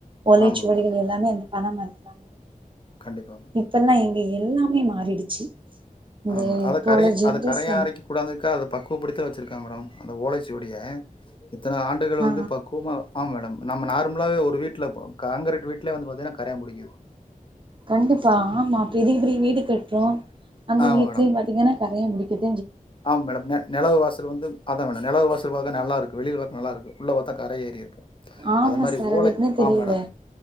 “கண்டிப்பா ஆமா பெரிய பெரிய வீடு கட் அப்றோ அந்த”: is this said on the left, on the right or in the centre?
Right